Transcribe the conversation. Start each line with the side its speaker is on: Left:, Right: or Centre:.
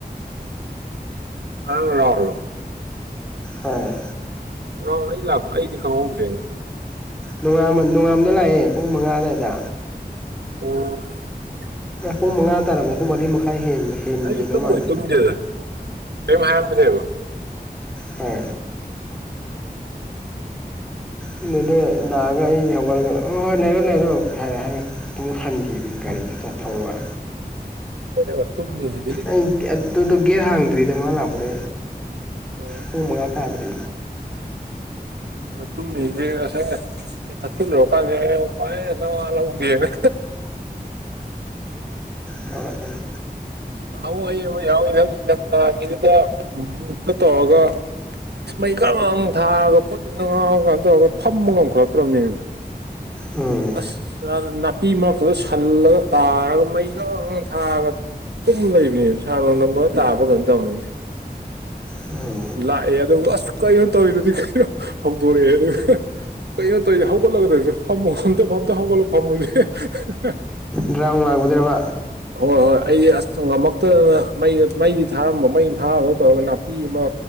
Right: ꯑ ꯌꯥꯎꯔꯂꯣ
Centre: ꯑꯣ
Right: ꯔ ꯑꯩ ꯂꯥꯛꯄ ꯑꯩꯗꯤ ꯈꯪꯍꯧꯗ꯭ꯔꯦꯅꯦ
Centre: ꯅꯣꯡꯉꯥ ꯅꯣꯡꯉꯥꯝꯗ ꯂꯥꯛꯑꯦ ꯄꯨꯡ ꯃꯉꯥ ꯑꯗꯨꯗꯥꯏꯗ
Right: ꯑ
Centre: ꯄꯨꯡ ꯃꯉꯥ ꯇꯥꯔꯝꯗꯥ ꯄꯨꯡ ꯃꯔꯤ ꯃꯈꯥꯏ ꯍꯦꯟꯂꯕ
Right: ꯑꯩ ꯇꯨꯝꯕꯨꯗꯤ
Centre: ꯃꯥꯜꯂꯦ
Right: ꯇꯨꯝꯗꯦꯗ ꯀꯔꯤꯝ ꯍꯥꯏꯔꯝꯗꯦꯕꯣ
Centre: ꯍ ꯗ ꯂꯥꯛꯑꯒ ꯑꯩ ꯍꯧꯒꯠꯂꯒ ꯍꯣꯏ ꯍꯣꯏ ꯂꯩꯔꯣ ꯂꯩꯔꯣ ꯍꯥꯏꯔꯦ ꯍꯥꯏꯔꯦ ꯑꯗꯨꯨꯡ ꯍꯟꯈꯤꯕꯅꯤ ꯒꯥꯔꯤ ꯆꯠ ꯊꯧꯔꯒ
Right: ꯑꯩꯈꯣꯏꯅꯒ ꯇꯨꯝꯃꯤꯁꯤꯗꯤ
Centre: ꯑꯩ ꯑꯗꯨꯗꯣ ꯒꯦꯔ ꯍꯥꯡꯗ꯭ꯔꯤꯗ ꯃꯥ ꯂꯥꯛꯄꯗ
Right: ꯑꯣ
Centre: ꯍ ꯃꯥꯇꯗ꯭ꯔꯤ
Right: ꯇꯨꯃꯤ ꯑꯁꯦ ꯊ ꯂꯀꯅꯤ ꯄꯑ ꯅꯉ ꯂꯧꯕꯗ
Centre: ꯇꯧꯔꯛꯀꯅꯤ
Right: ꯑ ꯑꯃ ꯑꯩ ꯑꯃ ꯌꯥꯎꯋꯤ ꯅꯪ ꯅꯝꯗꯥꯒꯤꯗꯨꯗ ꯇꯧꯔꯒ ꯃꯩꯒ ꯊꯥꯔꯒ ꯄꯨꯠ ꯉꯥꯡꯔꯒ ꯀꯥꯏꯅ ꯇꯧꯔꯒ ꯐꯝꯕ ꯉꯝꯈꯠꯂꯛꯇ꯭ꯔꯕꯅꯦ
Centre: ꯎꯝ
Right: ꯑꯁ ꯅꯥꯄꯤ ꯃꯔꯛꯇꯨꯗ ꯁꯜꯂꯒ ꯇꯥꯔꯒ ꯃꯩꯒ ꯊꯥꯒ ꯑꯗꯨꯨꯝ ꯂꯩꯕꯅꯦꯕ ꯁꯥꯔ ꯂꯣꯡ ꯅꯝꯕ ꯇꯥꯕ ꯀꯩꯅꯣ ꯇꯧꯅꯤꯅꯦ
Centre: ꯎꯝ
Right: ꯂꯥꯛꯑꯦ ꯑꯗꯨꯒ ꯑꯁꯨꯛ ꯀꯩꯅꯣ ꯇꯧꯋꯗꯨꯗꯤ ꯀꯩꯅꯣ ꯍꯧꯗꯣꯔꯛꯑꯦ ꯑꯗꯨꯒ ꯀꯩꯅꯣ ꯇꯧꯔꯤꯦ ꯍꯧꯒꯠꯂꯒꯗꯧꯁꯦ ꯐꯝꯃꯨ ꯐꯝꯇ ꯐꯝꯇ ꯍꯧꯒꯠꯂꯣ ꯐꯝꯃꯨꯁꯦ
Centre: ꯗ꯭ꯔꯥꯝ ꯂꯥꯛꯕꯗ꯭ꯔꯕ
Right: ꯍꯣꯏ ꯍꯣꯏ ꯑꯩꯗꯤ ꯑꯁ ꯉꯝꯃꯛꯇꯗꯅ ꯃꯩ ꯃꯩꯗꯤ ꯊꯥꯔꯝꯕ ꯃꯩ ꯊꯥꯔꯗ ꯇꯧꯔꯒ ꯅꯥꯄꯤ ꯑꯃ